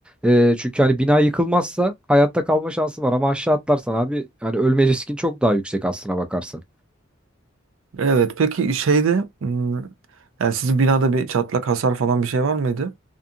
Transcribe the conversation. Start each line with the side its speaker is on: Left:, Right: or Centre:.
Centre: e, çünkü hani bina yıkılmazsa hayatta kalma şansı var ama aşağı atlarsan abi hani ölme riskin çok daha yüksek aslına bakarsan.
Right: Evet peki şeyde hmm, yani sizin binada bir çatlak hasar falan bir şey var mıydı?